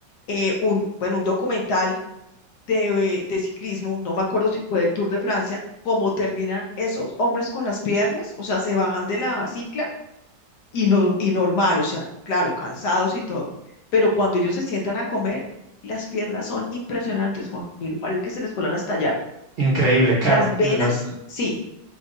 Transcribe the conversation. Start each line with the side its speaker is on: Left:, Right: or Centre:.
Left: eh, un, bueno, un documental de, de ciclismo, no me acuerdo si fue del Tour de Francia, cómo terminan esos hombres con las piernas, o sea, se bajan de la cicla y, no, y normal, o sea, claro, cansados y todo, pero cuando ellos se sientan a comer, las piernas son impresionantes, Juan Milo, parece que se les puedan a estallar.
Right: Increíble, claro.
Left: Las venas,
Right: de Las,
Left: sí,